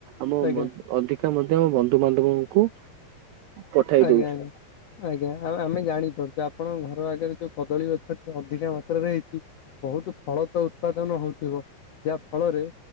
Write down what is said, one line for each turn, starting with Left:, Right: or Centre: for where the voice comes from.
Right: ଆମ
Left: ଆଜ୍ଞା
Right: ମ ଅଧିକା ମଧ୍ୟ ଆମ ବନ୍ଧୁବାନ୍ଧବଙ୍କୁ ପଠାଇ
Left: ଆଜ୍ଞା
Right: ଦୋଉଚୁ।
Left: ଆଜ୍ଞା ଆଜ୍ଞା ଆଉ ଆମେ ଜାଣିପାରୁଚୁ ଆପଣଙ୍କ ଘର ଆଗେରେ ଯୋଉ କଦଳୀ ଗଛଟି ଅଧିକା ମାତ୍ରାରେ ହେଇଚି ବହୁତୁ ଫଳ ତ ଉତ୍ପାଦନ ହଉଥିବ ଯାହା ଫଳରେ